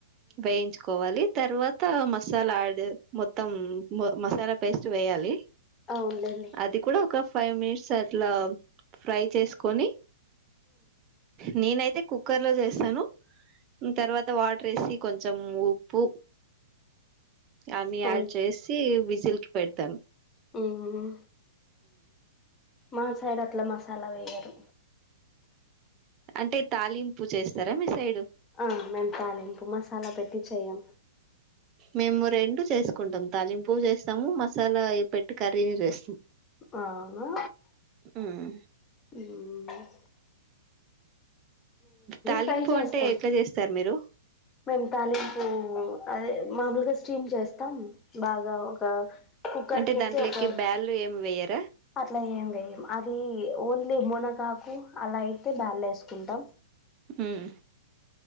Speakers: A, on the right; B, on the left.
A: వేయించుకోవాలి తర్వాత మసాలా డ్ మొత్తం మసాలా పేస్ట్ వేయాలి
B: అవునుండి
A: అది కూడా ఒక ఫైవ్ మినిట్స్ అట్లా ఫ్రై చేసుకని నీనయితే కుక్కర్ లో చేస్తాను తర్వాత వాటర్ వేసి కొంచెం ఉప్పు అన్ని యాడ్
B: అవును
A: చేసి చిలికి పెడతాను
B: హ్మ్ మా సైడ్ అట్లా మా అలా వెయ్యరు
A: అంటే తాలింపు చేస్తారా మీ సైడు
B: ఆ మేము తాలింపు మసాలా పెట్టి చేయం
A: మేము రెండు చేసుకుంటాం తాలింపు చేస్తాము మసాలా పెట్టి కర్రీని చేస్తాం
B: ఆనా
A: హ్మ్
B: హ్మ్
A: తాలింపు
B: ఫ్రై చేస్తాం
A: అంటే ఎట్లా చేస్తారు మీరు
B: మేము తాలింపు అదే మామూలుగా స్టీమ్ చేస్తాం బాగా ఒక కుక్కర్
A: అంటే
B: కేసి
A: దాంట్లోకి
B: ఒక
A: బ్యాల్లు ఏమి వేయర
B: అట్లా ఏం లే అది ఓన్లీ మునకాకు అలా అయితే బ్యాల్ వేసుకుంటాం
A: హ్మ్